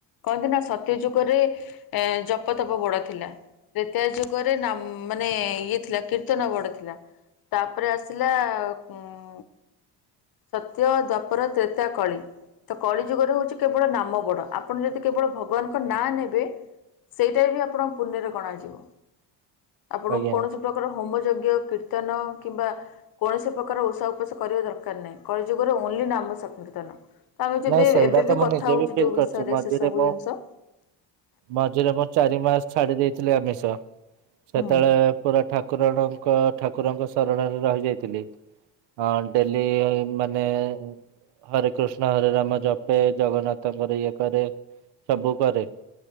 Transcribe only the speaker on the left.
କହନ୍ତି ନା ସତ୍ୟ ଯୁଗରେ ଏ ଜପ ତପ ବଡ ଥିଲା। ତ୍ରେତୀୟ ଯୁଗରେ ନ ମାନେ ଇଏ ଥିଲା କୀର୍ତ୍ତନ ବଡ ଥିଲା। ତାପରେ ଆସିଲା ଉଁ ସତ୍ୟ ଦ୍ୱାପର, ତ୍ରେତୟା, କଳି। ତ କଳି ଯୁଗରେ ହଉଛି କେବଳ ନାମ ବଡ ଆପଣ ଯଦି କେବଳ ଭଗବାନଙ୍କ ନାଁ ନେବେ। ସେଇଟା ବି ଆପଣଙ୍କ ପୁଣ୍ୟରେ ଗଣାଯିବ ଆପଣଙ୍କୁ
କୌଣସି ପ୍ରକାରର ହୋମ ଯଜ୍ଞ, କୀର୍ତ୍ତନ କିମ୍ବା କୌଣସି ପ୍ରକାର ଓଷା ଉପାସ କରିବା ଦରକାର ନାହିଁ କଳି ଯୁଗରେ ଓନ୍ଲି ନାମ ସଂକୀର୍ତନ। ଆମେ ଯେବେ
ଏବେ
ବି
କଥା
ହଉଚେ
ଯୋଉ
ବିଷୟରେ
ସେ ସବୁ
ଜିନିଷ।
ହୁଁ